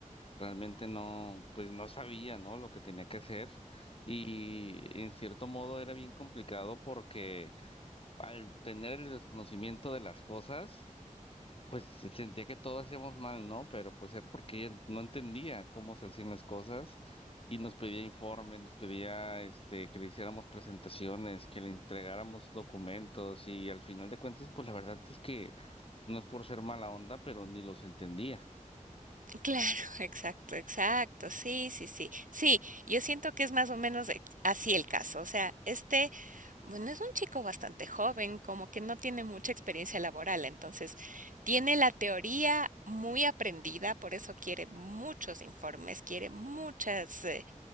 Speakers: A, on the left; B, on the right.
A: Realmente no, pues no sabía, ¿no? Lo que tenía que hacer y en cierto modo era bien complicado porque al tener el desconocimiento de las cosas, pues se- sentía que todo hacíamos mal, ¿no? Pero pues era porque ella no entendía cómo se hacían las cosas y nos pedía informes, nos pedía este que le hiciéramos presentaciones, que le entregáramos documentos y al final de cuentas, pues la verdad es que no es por ser mala onda, pero ni los entendía.
B: Claro, exacto, exacto, sí, sí, sí. Sí, yo siento que es más o menos ex- así el caso. O sea, este, bueno, es un chico bastante joven, como que no tiene mucha experiencia laboral, entonces tiene la teoría muy aprendida, por eso quiere muchos informes, quiere muchas... eh,